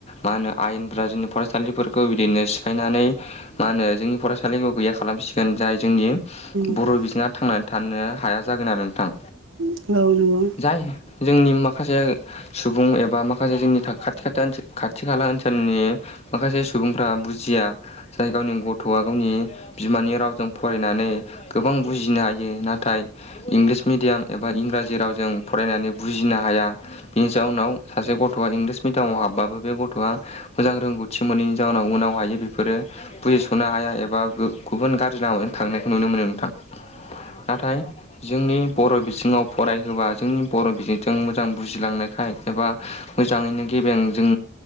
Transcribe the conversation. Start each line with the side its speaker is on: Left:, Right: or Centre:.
Left: मा होनो आयेनफोरा जोंनि फरायसालिफोरखौ बिदिनो सिफायनानै मा होनो जोंनि फरायसालिखौ गैया खालामसिगोन जाय जोंनि
Right: औ
Left: बर' बिजोङा थांनानै थानो हाया जागोन आरो नोंथां।
Right: ओ नंगौ।
Left: जाय जोंनि माखासे सुबुं एबा माखासे जोंनि खाथि खाथा ओनसोल खाथि खाला ओनसोलनि माखासे सुबुंफ्रा बुजिया जाय गावनि गथ'आ गावनि बिमानि रावजों फरायनानै गोबां बुजिनो हायो नाथाय इंलिस मिडयाम एबा इंराजि जेराव जों फरायनानै बुजिनो हाया बिनि जाउनाव सासे गथ'आ इंलिस मिडामाव हाबबाबो बे गथ'आ मोजां रोंगौथि मोनैनि जाउनाव उनाव हायो बेफोरो बुजिस'नो हाया एबा गुबुन गाज्रि लामाजों थांनायखौ नुनो मोनो नोंथां। नाथाय जोंनि बर' बिजोङाव फरायहोबा जोंनि बर' बिजोंजों मोजां बुजिलांनायखाय एबा मोजाङैनो गेबें जों